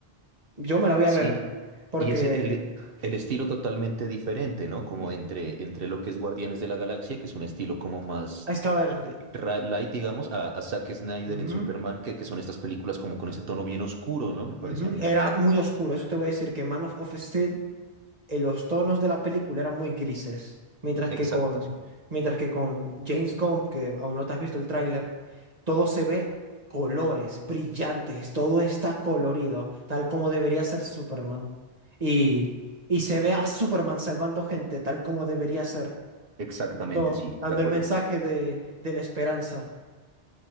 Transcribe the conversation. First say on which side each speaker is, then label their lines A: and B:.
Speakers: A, on the right (about 40°); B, on the right (about 60°).
A: Yo me la voy
B: Sí,
A: a ver porque...
B: y es el, el- el estilo totalmente diferente, ¿no?
A: Ujú.
B: Como entre, entre lo que es Guardianes de la Galaxia, que es un estilo como más
A: Es que a ver.
B: eh, ra- light, digamos, a, a Zack Snyder
A: ujú.
B: en Superman, que, que son estas películas como con ese tono bien oscuro, ¿no? Me parece
A: Ujú,
B: a mí.
A: Era muy oscuro, eso te voy a decir que Man of, of Steel, eh, los tonos de la película eran muy grises, mientras
B: Exacto,
A: que con,
B: sí.
A: mientras que con James Gunn, que aún no te has visto el tráiler, todo se ve colores brillantes, todo está colorido, tal como debería ser Superman. Y, y se ve a Superman salvando gente, tal como debería ser,
B: Exactamente,
A: dando,
B: sí,
A: dando
B: de acuerdo.
A: el mensaje de, de la esperanza.